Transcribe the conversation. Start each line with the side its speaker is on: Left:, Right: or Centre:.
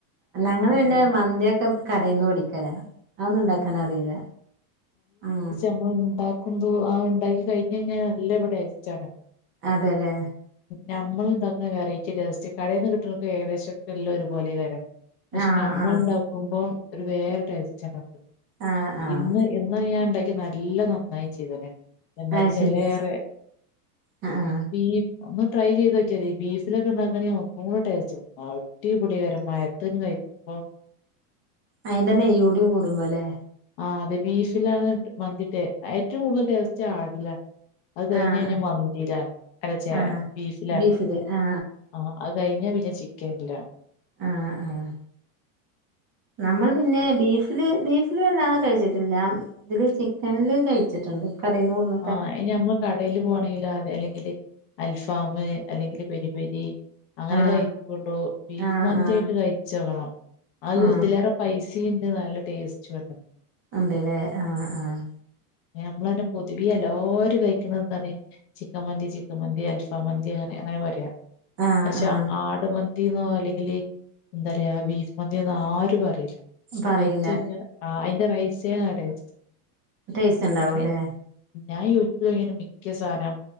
Right: ല്ലാ ഞങ്ങള്
Left: അങ്ങനെ
Right: പിന്നെ മന്തിയൊക്കെ കടയിൽന്ന് ടിക്കല അതൊന്നും ഇണ്ടാക്കാനറീല
Left: ആഹ്
Right: ആഹ്
Left: അമ്മഹ്ണ്ടാക്കുമ്പോ ആഹ് ണ്ടാക്കി കഴിഞ്ഞ കഴിഞ്ഞാ നല്ല ഇവിടെ ടേസ്റ്റ്ആണ്
Right: അതെല്ലേ
Left: നമ്മൾ ഉണ്ടാക്കുന്ന വെറൈറ്റി ടേസ്റ്റ് കടയിൽ നിന്ന് കിട്ടുന്ന ഏകദേശൊക്കെ എല്ലാം ഒരുപലെക്കാരം പക്ഷെ
Right: ആഹ്
Left: നമ്മൾ
Right: ആഹ്
Left: ഉണ്ടാക്കുമ്പോം ഒരു വേറെ ടേസ്റ്റണ്
Right: ആഹ് ആഹ്
Left: ഇന്ന് ഇന്ന് ഞാൻ ഉണ്ടാക്കി നല്ല നന്നായി ചെയ്ത് എന്നത്തലേറെ
Right: അത് ശരി ആ ആ
Left: ബീ ഒന്ന് ട്രൈ ചെയ്ത് നോക്കിയാതി ഈ ബീഫിലൊക്കെ ഉണ്ടാക്കണെ ഒന്നുകൂടെ ടേസ്റ്റും അടിപൊളികാരം മഴത്ത്ന്ന് കഴി പൊ
Right: അയിന്റെ നെയ്യോടിയ കൂടുമ്പോ അല്ലേ
Left: ആ അതെ ബീഫിലാണ് വന്തിട്ടേ ഏറ്റവും കൂടുതൽ ടേസ്റ്റ് ആടിലാണ് അത് കഴിഞ്ഞ
Right: ആ ആ
Left: കഴിഞ്ഞ മന്തിയിലാണ് അല്ല ച്ചേ
Right: ആ
Left: ബീഫിലാണ്
Right: ബീഫില് ആ
Left: ആ അഹ് കഴിഞ്ഞ പിന്നെ ചിക്കൻല്ല
Right: ആഹ് ആഹ് നമ്മള് പിന്നെ ബീഫില് ബീഫില് വല്ലാതെ കഴിച്ചിട്ടില്ല ഇതില് ചിക്കനില് കഴിച്ചിട്ടുണ്ട് കടേന്നു വെന്ന്
Left: ആഹ് ഇനി നമ്മള് കടേല് പോണെങ്കിലോ അതെ അല്ലെങ്കില് അൽഫാം അല്ലെങ്കില് പെരി പെരി അങ്ങനെല്ലാം
Right: ആ
Left: കഴപ്പള്ളൂ ബീഫ്
Right: ആ
Left: മന്തയിട്ട്
Right: ആ
Left: കഴിച്ചോകണം അഹ്
Right: ആ
Left: ഇതിലേറെ പൈസീണ്ട് നല്ല ടേസ്റ്റുണ്ട്
Right: ഉണ്ട് ല്ലേ ആഹ് ആഹ്
Left: നമ്മളന്നെ പൊതുവി എല്ലാര് കഴിക്ക്ണന്താണ് ചിക്കൻ മന്തി ചിക്കൻ മന്തി അൽഫാ മന്തി അങ്ങനെ അങ്ങനെ പറയാം
Right: ആ
Left: പക്ഷെ
Right: ആ
Left: ആട്മന്തി <unintelligible> അല്ലെങ്കിൽ എന്താറയാ ബീഫ്‌ മന്തീന്നോ ആരും അറിയില്ല പക്ഷെ
Right: പറയില്ല
Left: കഴിച്ചക്കാ ആഹ് അയ്ന്റെ റൈസേ <unintelligible>
Right: ടേസ്റ്റ്ണ്ടാവും
Left: അങ്ങനെ
Right: ല്ലേ
Left: ഞാൻ യൂട്യൂബ്നോക്കിന്നെ മിക്കസാനം